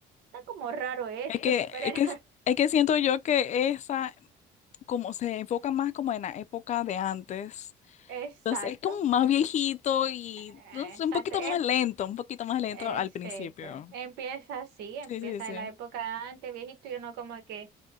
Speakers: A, on the right; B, on the left.
A: está como raro esto,
B: Es que,
A: <laughs> pero
B: es
A: era
B: que, es que siento yo que esa como se enfoca más como en la época de antes.
A: Exacto,
B: Entonces es como más viejito y
A: eh,
B: no sé,
A: exacto,
B: un poquito
A: em-
B: más lento, un poquito más lento
A: exacto.
B: al principio.
A: Empieza así, empieza
B: Sí, sí, sí.
A: de la época antes, viejito, y uno como que,